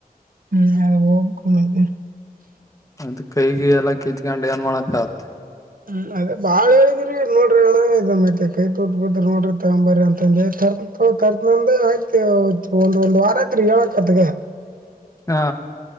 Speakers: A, on the right; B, on the left.
A: ಹ್ಮ್ ನಾಳೆ ಹೋಗ್ಬೇಕು
B: ಅ ಕೈಗೆ ಎಲ್ಲ ಕಿತ್ಕೊಂಡು ಏನ್ ಮಾಡಕ ಆತ್ತ
A: ಹ್ಮ ಅದೇ ಬಾಳ್ ಹೇಳಿದ್ರಿ ನೋಡ್ರಿ ಅಣ ಇದ ಮತ್ತ ಕೈ ತೋತ್ ಬದ ನೋಡ್ರಿ ತಂಬಾರಿ ಅಂತಂದ ಹೇಳ ತರ್ತಿನಿ ತಗೋ ತರ್ತಿನಿ ಅಂತ ಆಯ್ತ್ ಒಂದ್ ಒಂದ್ ವಾರ ಯತ್ರಿ ಹೇಳಕ್ತ್ಗ
B: ಹಾ